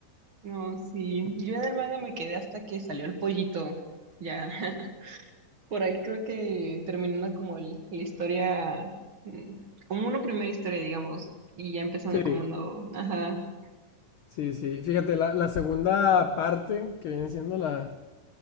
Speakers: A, on the right (about 45°); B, on the left (about 75°).
A: No, sí. Yo en el manga me quedé hasta que salió el pollito. Ya. <laughs> Por ahí creo que terminando como el- la historia, mm, como una primera historia, digamos, y ya empezando
B: Sí,
A: como no, ajá,
B: sí, sí. Fíjate, la, la segunda parte que viene siendo la...